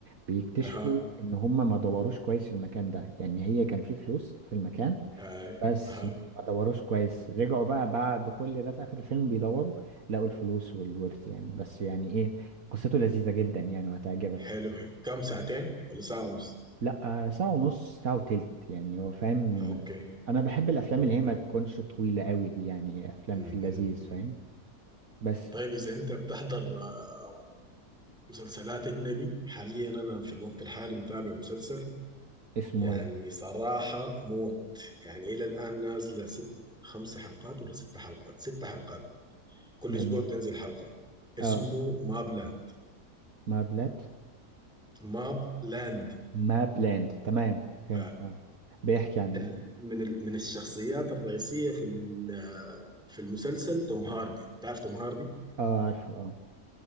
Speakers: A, on the right; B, in the centre.
A: بيكتشفوا
B: اها
A: ان هم ما دوروش كويس في المكان ده يعني هي كان في فلوس في المكان
B: اي
A: بس
B: اها
A: ما دوروش كويس رجعوا بقى بعد كل ده في اخر الفيلم بيدوروا لقوا الفلوس والورث يعني بس يعني ايه قصته لذيذة جدا يعني وهتعجبك
B: حلو حلو كم ساعتين ولا ساعة ونص
A: لا آه، ساعة ونص ساعة وتلت يعني هو فاهم
B: اوكي
A: انا بحب الافلام
B: اوكي
A: اللي هي ما تكونش طويلة قوي دي يعني افلام
B: م-
A: في اللذيذ
B: م-
A: فاهم
B: م.
A: بس
B: طيب اذا انت بتحضر آه، مسلسلات اجنبي حاليا انا في الوقت الحالي متابع مسلسل
A: اسمه
B: يعني
A: ايه
B: صراحة موت يعني الى الان نازلة ست خمس حلقات ولا ست حلقات ست حلقات كل
A: جميل
B: اسبوع بتنزل حلقه اسمه
A: اه
B: ماب لاند
A: ما بلاد
B: ماب لاند
A: ما بلاند تمام فهمت
B: آه،
A: آه. بيحكي عن
B: ال-
A: ايه
B: من ال- من الشخصيات الرئيسيه في ال- آه، في المسلسل توم هاردي تعرف توم هاردي
A: اه عارفه اه